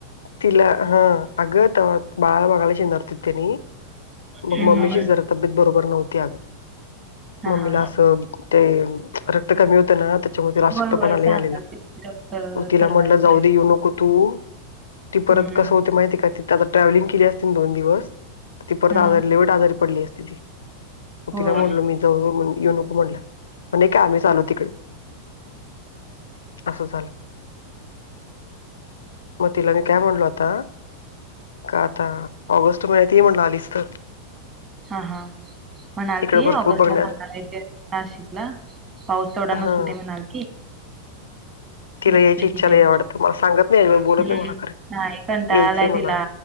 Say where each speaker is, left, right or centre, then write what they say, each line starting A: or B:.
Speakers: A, on the left (about 70°); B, on the right (about 25°).
A: तिला हा अग त बाळाला बघायला नरत तेनी
B: हम्म
A: मग मम्मीची
B: हम्म
A: जरा तब्येत बरोबर नव्हती. अग
B: हा
A: मम्मीला
B: हा
A: असं ते रक्त कमी होतं. ना त्याच्यामुळे आशक्त
B: होय होय
A: पणाले आलेला
B: <unintelligible>
A: तिला
B: चढवायचं
A: म्हणलं जाऊ
B: आहे
A: दे येऊ नको तू ती परत
B: हम्म हम्म
A: कसं होते माहिती का ति आता ट्रॅव्हलिंग केली. असती दोन दिवस ती परत
B: हा
A: आजारी वेट आजारी पडली अस त ती मग
B: होय
A: तिला म्हडलो मी. जाण येऊ नको म्हणलं म्हण नाही काय आम्ही चालू तिकडं. असं झालं मग तिला मी काय म्हणलो आता. का आता ऑगस्ट महिन्यात ये म्हटला आलीस तर
B: हा हा. म्हणाल
A: इकडे
B: ते
A: भरपूर
B: ऑगस्ट
A: बघण्या
B: ला जाणार आहे ते नाशिकला पाऊस तेवढा नसू
A: हा
B: दे म्हणाल. ख.
A: तिला
B: मस्त
A: यायची इच्छा
B: क फेम
A: लय वाटतं मला सांगत नाही
B: हम्म
A: बोलत नाही मला खरं
B: एकट
A: यायचंय
B: आलय
A: मला
B: तला